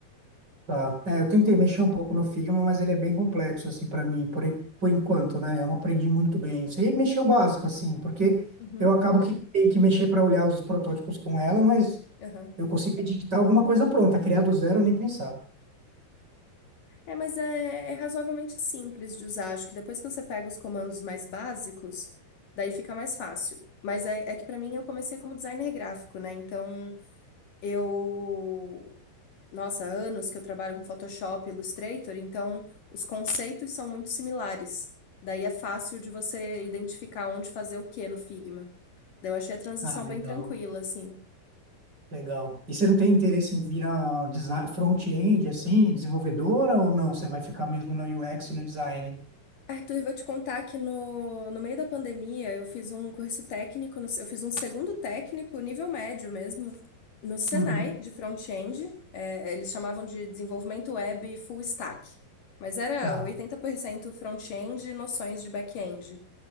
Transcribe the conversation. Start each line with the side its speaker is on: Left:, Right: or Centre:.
Right: Tá. É, eu tentei mexer um pouco no Figma, mas ele é bem complexo, assim, para mim, por, en- por enquanto, né? Eu não aprendi muito bem. Eu sei mexer o básico, assim, porque
Left: Uhum.
Right: eu acabo que tenho que mexer para olhar os protótipos com ela, mas
Left: Aham.
Right: eu consigo editar alguma coisa pronta, criar do zero, nem pensar.
Left: É, mas é, é razoavelmente simples de usar. Acho que depois que você pega os comandos mais básicos, daí fica mais fácil. Mas é, é que pra mim eu comecei como designer gráfico, né? Então eu. Nossa, há anos que eu trabalho com Photoshop, Illustrator, então os conceitos são muito similares. Daí é fácil de você identificar onde fazer o que no Figma. Daí eu achei a transição
Right: Ah, legal.
Left: bem tranquila, assim.
Right: Legal. E você não tem interesse em virar desi- front-end, assim, desenvolvedora ou não? Você vai ficar mesmo no UX e no design?
Left: Arthur, eu vou te contar que no, no meio da pandemia eu fiz um curso técnico, no- eu fiz um segundo técnico, nível médio mesmo, no Senai,
Right: Uhum.
Left: de front-end. É, eles chamavam de desenvolvimento web full stack. Mas era
Right: Tá.
Left: 80% front-end e noções de back-end.